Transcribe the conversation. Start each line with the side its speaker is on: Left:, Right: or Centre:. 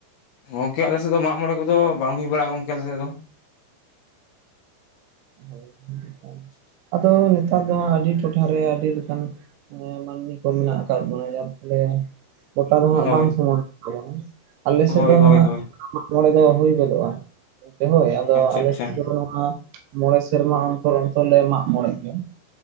Left: ᱜᱚᱢᱠᱮ ᱟᱞᱮ ᱥᱮᱫ ᱫᱚ ᱢᱟᱜ ᱢᱚᱬᱮ ᱠᱚ ᱫᱚ ᱵᱟᱝ ᱦᱩᱭ ᱵᱟᱲᱟᱜᱼᱟ ᱜᱚᱢᱠᱮ ᱟᱞᱮ ᱥᱮᱫ ᱫᱚ ᱾
Right: <unintelligible>
Left: <inaudible>
Right: ᱟᱫᱚ ᱱᱮᱛᱟᱨ ᱫᱚ ᱦᱟᱸᱜ ᱟᱹᱰᱤ ᱴᱚᱴᱷᱟ ᱨᱮ ᱟᱹᱰᱤ ᱞᱮᱠᱟᱱ, ᱦᱮᱸ ᱢᱟᱹᱱᱢᱤ ᱠᱚ ᱢᱮᱱᱟᱜ ᱟᱠᱟᱫ ᱵᱚᱱᱟ ᱡᱟᱨ ᱯᱷᱚᱞᱮ ᱜᱚᱴᱟ ᱫᱚ ᱦᱟᱸᱜ
Left: ᱦᱳᱭ
Right: ᱵᱟᱝ ᱥᱚᱢᱟᱱ ᱛᱟᱵᱚᱱᱟ ᱾ ᱟᱞᱮ ᱥᱮᱫ
Left: ᱦᱳᱭ
Right: ᱫᱚ
Left: ᱦᱳᱭ
Right: ᱱᱟᱦᱟᱜ
Left: ᱦᱳᱭ
Right: ᱢᱟᱜ ᱢᱚᱬᱮ ᱫᱚ ᱦᱩᱭ ᱜᱚᱫᱚᱜᱼᱟ ᱾ ᱦᱳᱭ ᱟᱫᱚ
Left: ᱟᱪᱪᱷᱟ
Right: ᱟᱞᱮ
Left: ᱟᱪᱪᱷᱟ
Right: ᱥᱮᱫ ᱫᱚ ᱱᱚᱣᱟ ᱢᱚᱬᱮ ᱥᱮᱨᱢᱟ, ᱚᱱᱛᱚᱨ ᱚᱱᱛᱚᱨ ᱞᱮ ᱢᱟᱜ ᱢᱚᱲᱮ ᱜᱮᱭᱟ